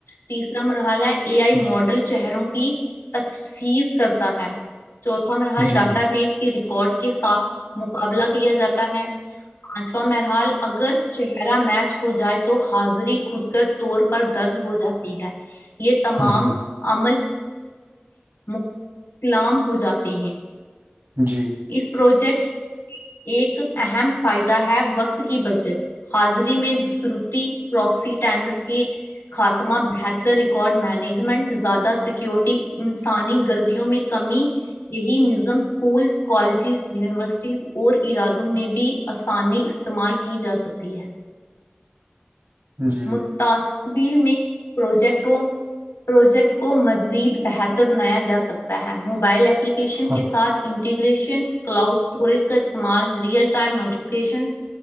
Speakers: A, on the left (about 80°); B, on the right (about 65°).
A: تیسرا مرحلہ اے آئی
B: جی
A: ماڈل چہروں کی تخصیص کرتا ہے چوتھا مرحال
B: جی
A: ڈاٹا بیس کے ریکارڈ کے ساتھ مقابلہ کیا جاتا ہے پانچواں مرحال اگر چہرہ میچ ہو جائے تو حاضری خود گ طور پر درج ہو جاتا ہے یہ تمام
B: جی
A: عمل مک کلام ہو جاتے ہیں
B: جی
A: اس پروجیکٹ ایک اہم فائدہ ہے وقت کی بجت حاضری میں دسروٹی پرواکسیٹینڈس کے خاتمہ بہتر ریکارڈ مینج جمنٹ زیادہ سیکیورٹی انسانی غلطوں میں کمی یہی نظم اسکولس کالجز یونیورسٹیز اور ارادوں میں بھی آسانی استعمال کی جا سکتی ہے
B: جی
A: متاخ <inaudible> بیل میںٹ پروجیکٹ کو مزید بہتر بنایا جا سکتا ہے موبائل ایپ اپلیکیشن
B: ہاں
A: کے ساتھ ان انٹیگریشن کلاؤڈ اسٹوریج کا استعمال real time notification